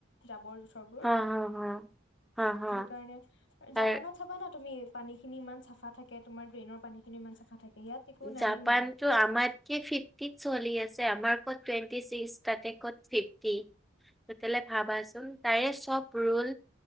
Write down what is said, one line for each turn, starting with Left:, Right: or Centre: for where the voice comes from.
Left: জাবৰ জোথ জোথৰ বোৰ
Centre: হা হা হা হা
Left: সেইকাৰণে
Centre: হা তাৰ
Left: জাপানত চাবা না তুমি পানীখিন ইমান চাফা থাকে তোমাৰ ড্ৰেইনৰ পানী খিনি ইমান চাফা থাকে ইয়াত একো নাই
Centre: জাপানতো
Left: মানে
Centre: আমাতকে ফিফটিত চলি আছে আমাৰ কত টোৱেন্টি চিক্স তাতে ক'ত ফিফটি তেতিয়া হ'লে ভাবাচোন তাৰে চব ৰৌল